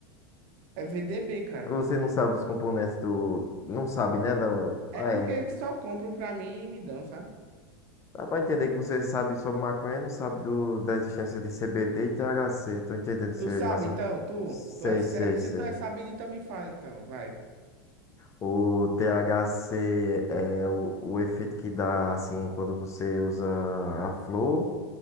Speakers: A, on the right (about 60°); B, on the left (about 25°).
A: É VDB, cara.
B: Você não sabe dos componentes do, não sabe, né, da,
A: É
B: ah,
A: porque
B: é,
A: só compram pra mim e me dão, sabe?
B: dá pra entender que você sabe sobre maconha, não sabe do, da existência de CBD e THC, tô entendendo você,
A: Tu sabe,
B: mas, ó,
A: então, tu,
B: sei,
A: tu é, certo-
B: sei, sei.
A: se tu é sabido, então me fala, então, vai.
B: O THC é o, o efeito que dá, assim, quando você usa a flor,